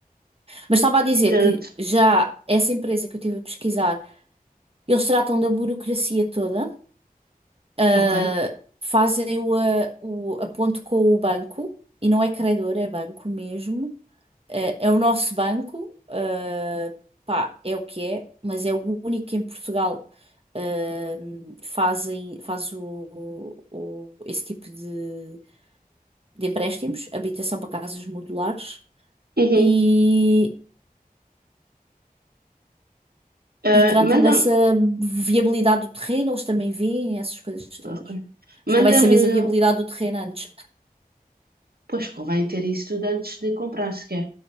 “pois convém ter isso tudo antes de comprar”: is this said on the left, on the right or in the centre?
Right